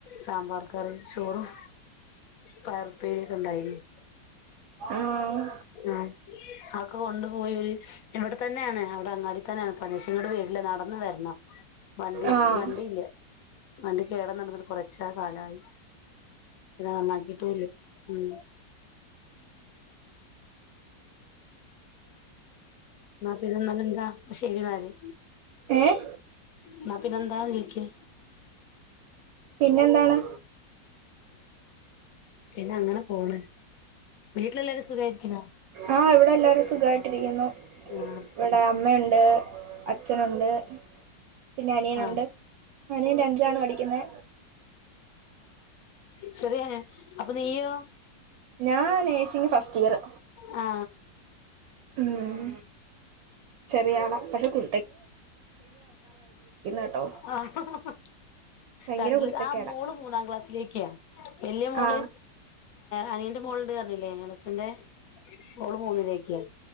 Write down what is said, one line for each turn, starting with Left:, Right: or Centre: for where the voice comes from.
Left: സാമ്പാർ കറിയും ചോറും പയറുപ്പേരി ഒക്കെ ഉണ്ടായിരുന്നു
Right: ആഹ്
Left: ആഹ് അതൊക്കെ കൊണ്ടുപോയി ഇവിടെ തന്നെയാണ് അവിടെ അങ്ങാടി തന്നെയാണ് പണി പക്ഷേ ഇങ്ങട് വരില്ല നടന്ന് വരണം. വണ്ടി
Right: ആഹ്
Left: വണ്ടിയില്ല. വണ്ടി കേറന്ന്ള്ളത് കുറച്ച് കാലായി പിന്നെ നന്നാക്കീട്ടൂല്ല ഉം ന്നാ പിന്നെന്നാലെന്താ ശെരിന്നാല്
Right: ഏഹ്
Left: ന്നാ പിന്നെന്താ ചോയ്ക്ക്
Right: പിന്നെന്താണ്
Left: പിന്നെ അങ്ങനെ പോണ് വീട്ടിലെല്ലാരും സുഖായിരിക്കുന്നോ
Right: ആ ഇവിടെ എല്ലാവരും സുഖായിട്ടിരിക്കുന്നു
Left: ആഹ്
Right: ഇവിടെ അമ്മയുണ്ട് അച്ഛനുണ്ട് പിന്നെ അനിയനുണ്ട്
Left: ആഹ്
Right: അനിയൻ രണ്ടിലാണ് പഠിക്കുന്നെ
Left: ചെറിയനിയൻ അപ്പൊ നീയോ
Right: ഞാ നഴ്സിങ് ഫസ്റ്റിയറ്
Left: ആ
Right: ഉം ചെറിയാള പക്ഷെ കു കേട്ടോ
Left: ആ അഹഹാ
Right: ഭയങ്കര
Left: രണ്ടില്
Right: കുരുത്തക്കേടാ
Left: ആ മോള് മൂന്നാം ക്ലാസ്സിലേക്ക് വല്യ മോള്
Right: ആ
Left: അനിയന്റെ മോളുണ്ട്റ്ഞ്ഞില്ലേ എ ളച്ചന്റെ ഓള് മൂന്നിലേക്ക്